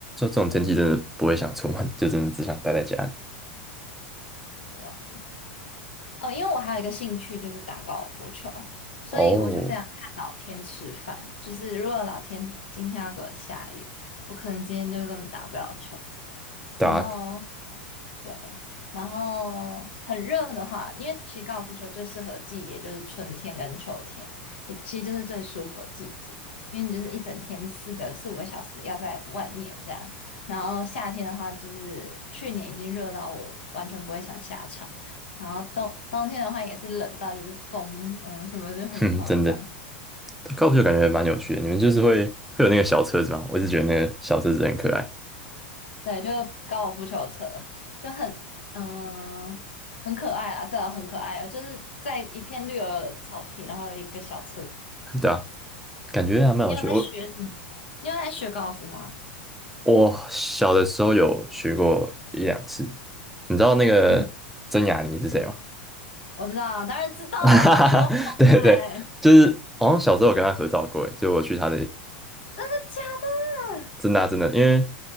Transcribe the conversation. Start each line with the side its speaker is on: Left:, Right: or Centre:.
Centre: 这种天气真的不会想出门，就真的只想待在家里。
Left: 躁。哦，因为我还有一个兴趣就是打高尔夫球，所以我就非常看老天吃饭。
Centre: 哦，
Left: 就是如果老天今天要给我下雨，我可能今天就根本打不了球。
Centre: 对啊，
Left: 然后对，然后很热的话，因为其实高尔夫球最适合的季节就是春天跟秋天，也其实就是最舒服的季节，因为你就是一整天四个四五个小时要在外面这样。然后夏天的话，就是去年已经热到我完全不会想下场，然后冬冬天的话也是冷到就是风，嗯，什么就很夸张。
Centre: 哼，真的，高尔夫球感觉蛮有趣的。你们就是会会有那个小车子吗？我一直觉得那个小车子很可爱。
Left: 对，就高尔夫球车，就很嗯很可爱啊，对啊，很可爱啊，就是在一片绿油油的草皮，然后有一个小车。
Centre: <laughs> 对啊，感觉还蛮有趣的。
Left: 你有在学什么吗你有在学高尔夫吗？
Centre: 我我小的时候有学过一两次，你知道那个曾雅妮是谁吗？
Left: 嗯，我知道，当然知道啊，
Centre: <laughs> 哈哈哈，
Left: 球
Centre: <laughs> 对对，
Left: 拍，
Centre: 就是好像小时候有跟她合照过欸，诶就我去她的
Left: 真的假的？
Centre: 真的啊真的，因为